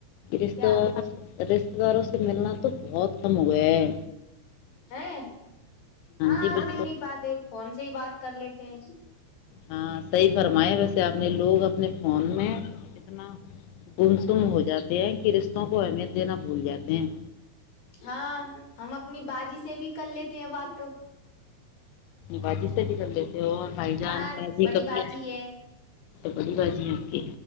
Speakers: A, on the left; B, on the left.
A: رشتے
B: کیا
A: وار رشتے داروں ملنا تو بہت کم ہو گیا ہے
B: ہے ہاں
A: جی بالکل
B: مل نہیں پاتے فون سے ہی بات کر لیتے ہیں
A: ہاں سی فرمایا ویسے آپ نے لوگ اپنے فون میں اتنا گمسن ہو جاتے ہیں رشتوں کو ہے میر دینا بھول جاتے ہیں
B: ہاں ہم اپنی بازی سے بھی کر لیتے ہیں بات تو
A: بجی س کر ل پائی جان
B: ہاں
A: کب
B: بڑی باجی ہے
A: بڑی بازی آکی